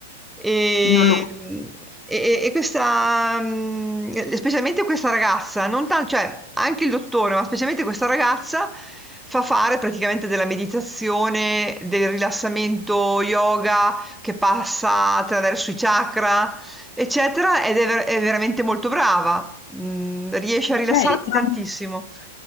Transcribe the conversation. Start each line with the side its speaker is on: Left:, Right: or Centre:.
Centre: E,
Left: non lo
Centre: e- e questa, mm, specialmente questa ragazza, non tanto, cioè anche il dottore, ma specialmente questa ragazza fa fare praticamente della meditazione, del rilassamento yoga che passa attraverso i chakra, eccetera, ed è, ver- è veramente molto brava. Mm, riesce
Left: okay,
Centre: a rilassarti
Left: trovi
Centre: tantissimo.